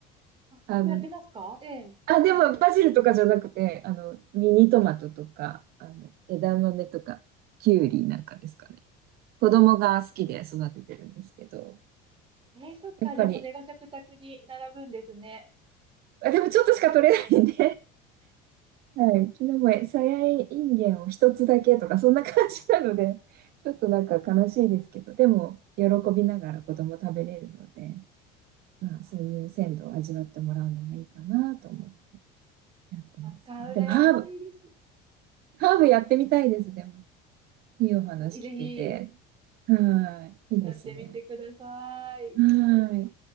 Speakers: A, on the right; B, on the right.
A: あもうやってますかええ。
B: あの、あ、でも、バジルとかじゃなくて、あの、ミニトマトとか、あの、枝豆とか、キュウリなんかですかね。子供が好きで育ててるんですけど、
A: ええ、そっか。
B: やっぱり、
A: じゃあ、それが食卓に並ぶんですね。
B: あ、でもちょっとしか取れないんではい、昨日もさやいんげんを一つだけとか、そんな感じなので、<laughs> ちょっとなんか悲しいですけど、でも、喜びながら子供食べれるので、まあ、そういう鮮度を味わってもらうのもいいかなと思ってやってますが。
A: そっか、羨ましいです。
B: でも、ハーブ、
A: ぜ
B: ハーブやってみたいです、でも。いいお話聞けて。
A: ひぜひ、
B: はい、いいですね。
A: やってみてください。
B: はい。